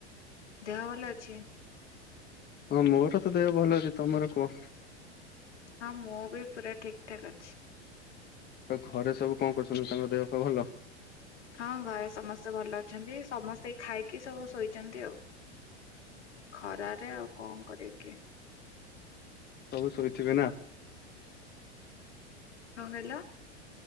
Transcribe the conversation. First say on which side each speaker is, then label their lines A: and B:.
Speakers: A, on the left (about 80°); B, on the left (about 30°).
A: ଦେହ ଭଲ ଅଛି
B: ହଁ ମୋର ତ ଦେହ ଭଲ ଅଛି ତମର କୁହ
A: ହଁ ମୁଁ ବି ପୁରା ଠିକ ଠାକ୍ ଅଛି
B: ଆଉ ଘରେ ସବୁ କଣ କରୁଛନ୍ତି ତାଙ୍କ ଦେହ ଭଲ
A: ହଁ ଘରେ ସମସ୍ତେ ଭଲ ଅଛନ୍ତି ସମସ୍ତେ ଖାଇକି ସବୁ ଶୋଇଛନ୍ତି ଆଉ ଖରାାରେ ଆଉ କଣ କରିବିକଏ
B: ସବୁ ଶୋଇଥିବେ ନା
A: କ କଇଲ